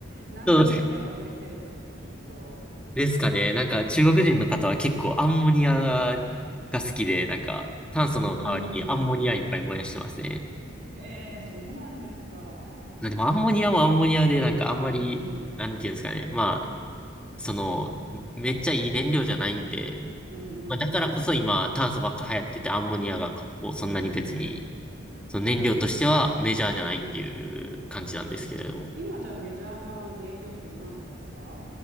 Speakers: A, on the right (about 50°); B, in the centre.
A: 何とかしなきゃと思って来てるんでしょうね、
B: そう
A: きっと。
B: ですかね。なんか中国人の方は結構アンモニアが好きで、なんか炭素の代わりにアンモニアいっぱい燃やしてますね。
A: うーん、へえ、そうなんですか。
B: でもアンモニアもアンモニアで、なんかあんまり、
A: うんうん、
B: なんていうんですかね。まあ、その、めっちゃいい燃料じゃないんで、
A: うんうん、
B: まあ、だからこそ今、炭素ばっか流行ってて、アンモニアがこうそんなに別に、その燃料としてはメジャーじゃないっていう感じなんですけれども。
A: うんうん。今じゃあメジャーな燃料って何なんですか